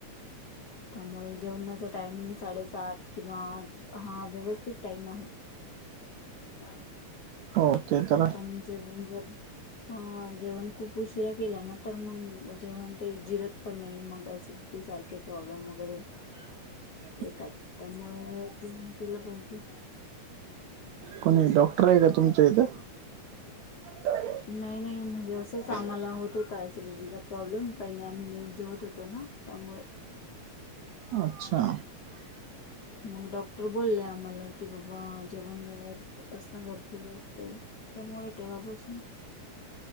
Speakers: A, on the left; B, on the right.
A: त्यामुळे जेवणाचा टायमिंग साडेसात किंवा आठ हा व्यवस्थित टाइम आहे ह.
B: हो ते तरला.
A: पण जे पण जर. ह जेवण खूप उशिरा केला ना तर मग जेवण ते जिर. पण नाही मग त्या सारखे प्रॉब्लेम वगैरे.
B: हा <inaudible>
A: येतात त्यामुळे व केलं पाहिजे.
B: कोणी डॉक्टर आहे का तुमच्यां इथं. ह <unintelligible>
A: नाही नाही म्हणजे असंच आम्हाला होत होत सिडिटीचा प्रॉब्लेम पहिले आम्ही लेट जेवत होतो ना. त्यामुळेळ.
B: अच्छा. ह <unintelligible>
A: मग डॉक्टर बोलले आम्हाला की बाबा जेवण व्यायात असण गरजेच असते. त्यामुळे तेव्हापासून.